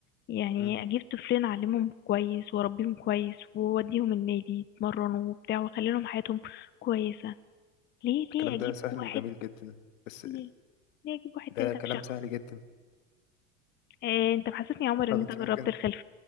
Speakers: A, on the left (about 25°); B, on the left (about 75°).
A: يعني
B: مم.
A: اجيب طفلين اعلمهم كويس واربيهم كويس واوديهم النادي يتمرنوا وبتاع واخلي لهم حياتهم كويسة ليه
B: الكلام
A: ليه اجيب
B: ده سهل
A: واحد
B: وجميل جدا بس
A: ليه, ليه اجيب واحد
B: ده
A: تالت افشخه
B: كلام سهل جدا
A: إيه انت محسسني يا عمر ان
B: طب
A: انت
B: انت
A: جربت
B: ممكن
A: الخلف